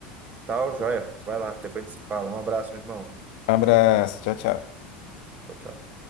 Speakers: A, on the right; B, on the left.
A: Tal, joia? Vai lá, depois a gente se fala. Um abraço, meu irmão.
B: Abraço, tchau, tchau.
A: Tchau, tchau.